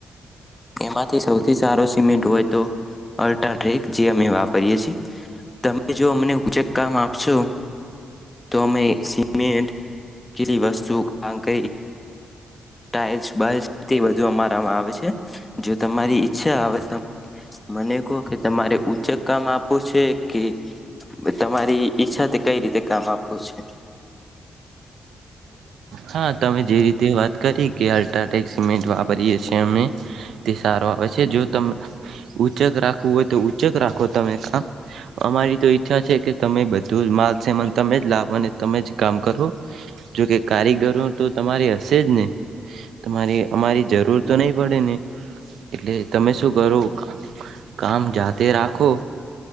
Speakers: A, on the left (about 20°); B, on the right (about 80°).
A: એમાંથી સૌથી સારો સિમેન્ટ હોય તો અલ્ટ્રા ટ્રેક જે અમે વાપરીએ છેએ તમે જો અમને ઉચેક કામ આપશો તો અમે સિમેન્ટ કેલી વસ્તુ ક ટાઈલ્સુ અમારામાં આવે છે જો તમારી ઈચ્છા આવે મને કહો કે તમારે ઉચક કામ આપું છે કે તમારી ઈચ્છાથી કઈ રીતે કામ આપવું છે.
B: હા તમે જે રીતે વાત કરી કે અલ્ટ્રાટેક સિમેન્ટ વાપરીએ છીએ અમે તે સારું આપે છે જો ત ઉઊંચક રાખવું હોય તો ચેક રાખો તમે કા અમારી તો ઈચ્છા છે કે તમે બધું માલ સમાન તમે જ લાવો અને તમે જ કામ કરો જોકે કારીગરો તો તમારે હશે જ ને તમારે અમારી જરૂર તો નહીં પડે ને એટલે તમે શું કરો કામ? જાતે રાખો.